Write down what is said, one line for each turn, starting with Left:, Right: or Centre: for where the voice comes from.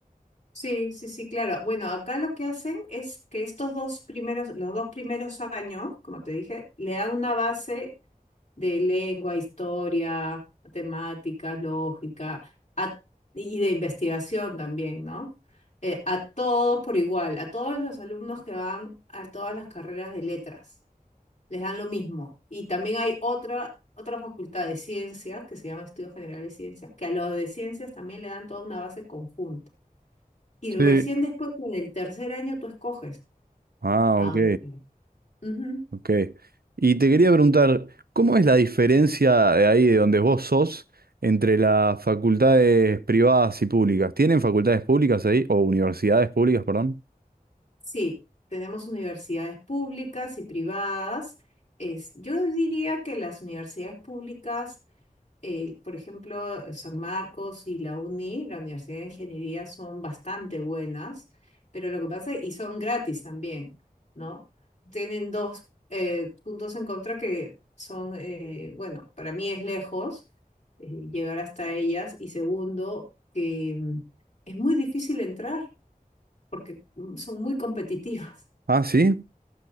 Left: Sí, sí, sí, claro. Bueno, acá lo que hacen es que estos dos primeros, los dos primeros años, como te dije, le da una base de lengua, historia, matemáticas, lógica, a- y de investigación también, ¿no? Eh, a todos por igual, a todos los alumnos que van a todas las carreras de letras. les dan lo mismo. Y también hay otra, otra facultad de ciencias que se llama Estudios Generales de Ciencias, que a los de ciencias también le dan toda una base conjunta. Y recién
Right: Sí,
Left: después, en el tercer año, tú escoges
Right: Ah,
Left: a
Right: ok,
Left: dónde te vas. Ujú.
Right: ok. Y te quería preguntar, ¿cómo es la diferencia de ahí de donde vos sos entre las facultades privadas y públicas? ¿Tienen facultades públicas ahí o universidades públicas, perdón?
Left: Sí, tenemos universidades públicas y privadas. Es, yo diría que las universidades públicas eh, por ejemplo, San Marcos y la UNI, la Universidad de Ingeniería, son bastante buenas, pero lo que pasa, y son gratis también, ¿no? Tienen dos eh, puntos en contra que son, eh, bueno, para mí es lejos eh, llegar hasta ellas, y segundo, que mm, es muy difícil entrar porque mm, son muy competitivas. <laughs>
Right: Ah, sí,